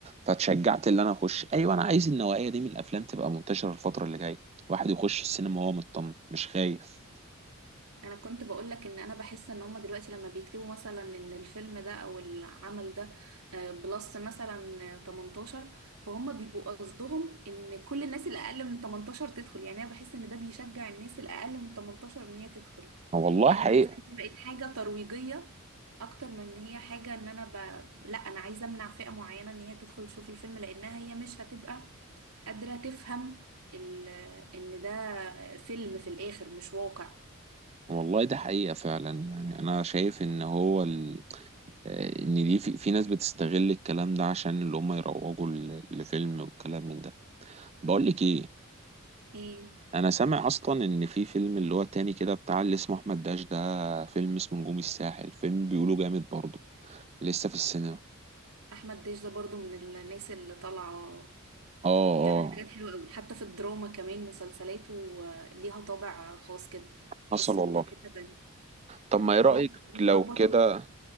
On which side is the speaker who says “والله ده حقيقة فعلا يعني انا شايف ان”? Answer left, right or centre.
Right